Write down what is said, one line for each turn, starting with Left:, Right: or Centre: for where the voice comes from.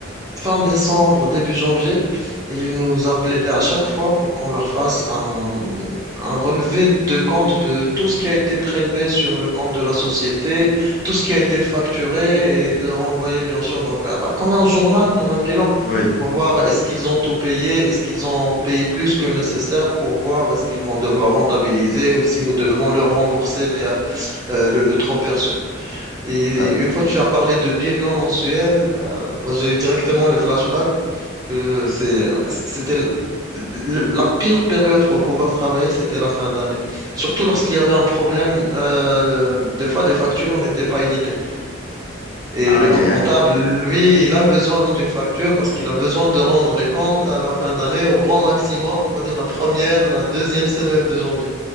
Right: fin décembre, début janvier, ils nous appelaient à chaque fois pour qu'on leur fasse un, un relevé de compte de tout ce qui a été prélevé sur le compte de la société, tout ce qui a été facturé et de leur envoyer, bien sûr, donc, ah bah, comme un journal, comme un bilan,
Left: Oui.
Right: pour voir est-ce qu'ils ont tout payé, est-ce qu'ils ont payé plus que le nécessaire, pour voir est-ce qu'ils vont devoir rentabiliser ou si nous devons leur rembourser euh, euh, le, le trop perçu. Et
Left: Euh,
Right: une fois que tu as parlé de bilan mensuel, euh, moi, j'ai eu directement le flashback que c'est, c'était l- l- la pire période pour pouvoir travailler, c'était la fin d'année. Surtout lorsqu'il y avait un problème, euh, des fois des factures n'étaient pas éditées. Et
Left: aïe,
Right: le comptable,
Left: aïe, aïe.
Right: lui, il a besoin d'une facture parce qu'il a besoin de rendre les comptes à la fin d'année au grand maximum, on va dire la première, la deuxième semaine de janvier.